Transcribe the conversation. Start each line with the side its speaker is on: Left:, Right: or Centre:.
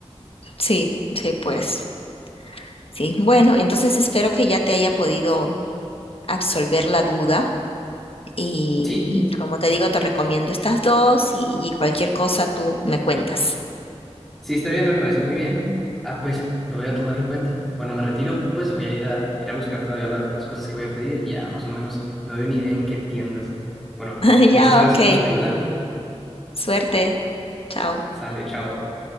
Left: Sí, sí, pues. Sí, bueno, entonces espero que ya te haya podido absolver la duda y,
Centre: Sí,
Left: y como te digo, te recomiendo estas dos y, y cualquier cosa tú me cuentas.
Centre: Sí, está bien, me parece muy bien. Ah, pues lo voy a tomar en cuenta. Bueno, me retiro, pues voy a ir a, ir a buscar todavía la- las cosas que voy a pedir y ya más o menos me doy una idea en qué tiendas. Bueno,
Left: <laughs>
Centre: muchas
Left: Ya,
Centre: gracias
Left: ok.
Centre: por tu ayuda.
Left: Suerte. Chao.
Centre: Sale, chao.